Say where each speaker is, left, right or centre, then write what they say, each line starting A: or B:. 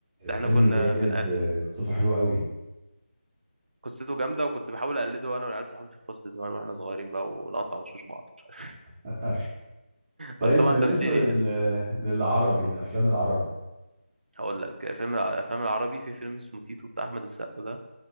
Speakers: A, on the right; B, on the right.
A: ده
B: فيلم
A: احنا كنا
B: جامد
A: بنقل...
B: آه، قصته حلوه قوي
A: قصته جامده وكنت بحاول اقلده انا والعيال صحابي في الفصل زمان واحنا صغيرين بقى ونقطع وشوش بعض مش عارف
B: <laughs> طيب
A: بس طبعا
B: بالنسبه
A: تمثيل
B: لل...
A: يعني
B: للعربي الافلام العربي
A: هقول لك فيلم الافلام العربي في فيلم اسمه تيتو بتاع احمد السقا ده